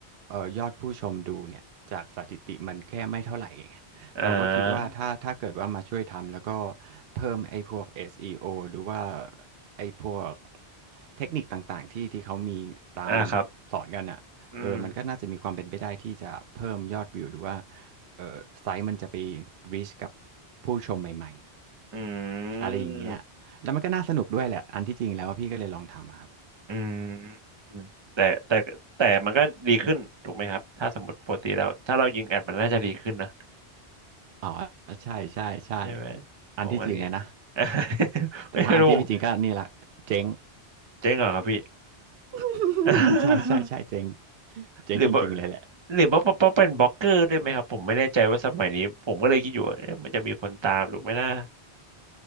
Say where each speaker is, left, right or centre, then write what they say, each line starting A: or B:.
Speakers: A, on the right; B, on the right.
A: เอ่อยอดผู้ชมดูเนี่ยจากสถิติมันแค่ไม่เท่าไหร่ไงเราก็คิดว่าถ้าถ้าเกิดว่ามาช่วยทำแล้วก็
B: อ่า
A: เพิ่มไอ้พวก SEO หรือว่าไอ้พวกเทคนิคต่างๆที่ที่เขามีตาม
B: อ่าครับ
A: สอนกันอ่ะเออมันก็น่าจะมีความเป็นไปได้ที่จะเพิ่มยอดวิวหรือว่า
B: อืม
A: เออไซต์มันจะไป reach กับผู้ชมใหม่
B: อื
A: ๆ อะไรอย่างเงี้ยแล้วมันก็น่าสนุกด้วยแหละอันที่จริงแล้วว่าพี่ก็เลยลองทำอะครับ
B: มอืมแต่แต่แต่มันก็ดีขึ้นถูกไหมครับถ้าสมมติปกติเราถ้าเรายิงแอดมันน่าจะดีขึ้นนะ
A: อ๋อ ใช่ใช่ใช่
B: ใช่ไหม
A: อันที่จริงอะนะ
B: ผมก็อย่างงี้ <laughs>
A: แต่ถ้าอันที่ไม่จริงก็นี่แหละเจ๊ง
B: ไม่รู้ผมเจ๊งเหรอครับพี่
A: <laughs>
B: <laughs>
A: ใช่ใช่ใช่เจ๊งเจ๊งจริงๆเลยแหละ
B: หรือว่าหรือว่าเพราะเป็นบล็อกเกอร์ด้วยไหมครับผมไม่แน่ใจว่าสมัยนี้ผมก็เลยคิดอยู่ว่าเอ๊ะมันจะมีคนตามหรือไม่น่า